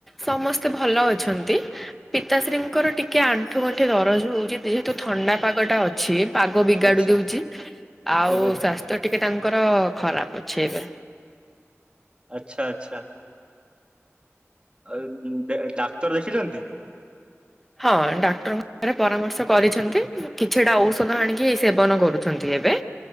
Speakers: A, in the centre; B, on the right.
A: ସମସ୍ତେ ଭଲ ଅଛନ୍ତି। ପିତାଶ୍ରୀଙ୍କର ଟିକେ ଆଣ୍ଠୁ ଗଣ୍ଠି ଦରଜ ହଉଛି ଯେହେତୁ ଥଣ୍ଡା ପାଗ ଟା ଅଛି। ଅଛି ପାଗ ବିଗାଡୁ
B: ଆଚ୍ଛା
A: ଦଉଛି ଆଉ
B: ଓହୋ
A: ସ୍ୱାସ୍ଥ୍ୟ ଟିକେ ତାଙ୍କର ଖରା ଅଛି ଏବେ?
B: ଆଚ୍ଛା ଆଛା ଆଉ ଡାକ୍ତର ଦେଖିଛନ୍ତି?
A: ହଁ ଡାକ୍ତରଙ୍କଖରେ ପରାମର୍ଶ କରିଛନ୍ତି, କିଛିଟା ଔଷଧ ଆଣିକି ସେବନ କରୁଛନ୍ତି ଏବେ।